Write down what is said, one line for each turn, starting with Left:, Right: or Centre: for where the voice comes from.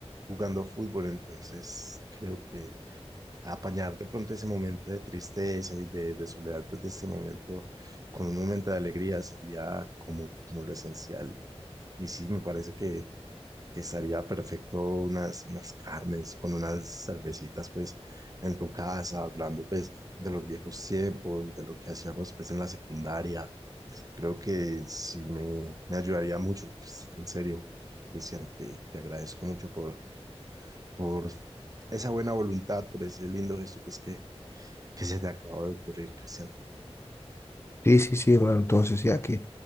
Right: jugando fútbol, entonces creo que apañar de pronto ese momento de tristeza y de, de soledad, pues de este momento con un momento de alegría sería como, como lo esencial y, y sí, me parece que, que estaría perfecto unas, unas carnes con unas cervecitas pues en tu casa, hablando pues de los viejos tiempos, de lo que hacíamos pues en la secundaria. Creo que sí me, me ayudaría mucho, pues, en serio, Cristian, te, te agradezco mucho por, por esa buena voluntad, por ese lindo gesto pues que, que se te acabó de ocurrir, Cristian.
Left: Sí, sí, sí, hermano. Entonces, ya que,